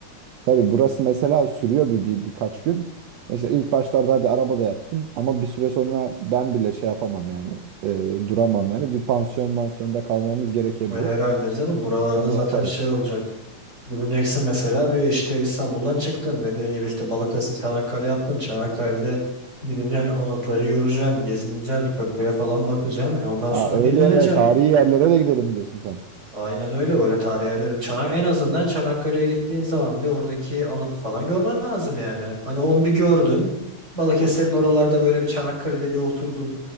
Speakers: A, on the right (about 80°); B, on the right (about 20°).
A: Tabii burası mesela sürüyor bir, bir birkaç gün. Mesela ilk başlarda hadi arabada yattın ama bir süre sonra ben bile şey yapamam yani e, duramam yani bir pansiyon mansiyonda kalmamız gerekebilir.
B: ve herhalde canım buralarda
A: Onu
B: zaten
A: yaparız.
B: şey olacak. Gideceksin mesela bir işte İstanbul'dan çıktın dediğin gibi işte Balıkesir Çanakkale yaptın. Çanakkale'de gideceksin anıtları göreceksin, gezineceksin, köprüye falan bakacaksın. E ondan
A: Ha,
B: sonra
A: öyle
B: dinleneceksin.
A: tarihi yerlere de gidelim diyorsun sen.
B: Aynen öyle öyle tarih yerleri. Çanak en azından Çanakkale'ye gittiğin zaman bir oradaki anıt falan görmen lazım yani. Hani onu bir gördün. Balıkesir'in oralarda böyle bir Çanakkale'de bir oturdun.